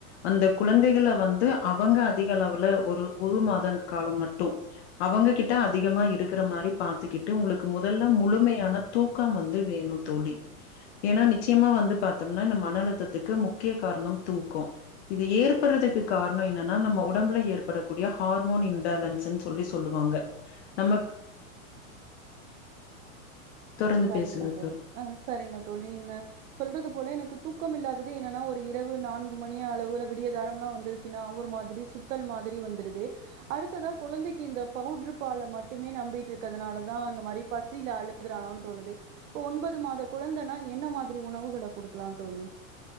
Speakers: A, on the left; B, on the right.
A: அந்த குழந்தைகள வந்து அவங்க அதிக அளவுல ஒரு ஒரு மாதங்கு கால மட்டு அவங்க கிட்ட அதிகமா இருக்குற மாரி பாத்துக்கிட்டு உங்களுக்கு முதல முழுமையான தூக்கம் வந்து வேணு தோழி ஏனா நிச்சயமா வந்து பாத்தம்னா இந்த மன அழுத்தத்துக்கு முக்கிய காரணம் தூக்கோ இது ஏற்படுறதுக்கு காரணோ என்னானா நம்ம உடம்புல ஏற்படக்கூடிய ஹார்மோன் இம்பேலென் சுன் சொல்லி சொல்லுவாங்க நமக் தொடர்ந்து
B: ஓ சரிங்க
A: பேசுங்க
B: தோழி ஆ சரிங்க தோழி நீங்க சொல்றது போல எனக்கு தூக்கம் இல்லாதது என்னனா ஒரு இரவு நான்கு மணி அளவுல விடியதாரம்லா வந்து சினா ஒரு மாதிரி சுத்தல் மாதிரி வந்துருது அடுத்ததா குழந்தைக்கு இந்த பவுட்ரு பால மட்டுமே நம்பிட்ருக்றதுனாலதா அந்த மாரி பத் அழுகுறானோன் தோணுது இப்ப ஒன்பது மாத குழந்தனா என்ன மாதிரி உணவுகள குடுக்கலா தோழி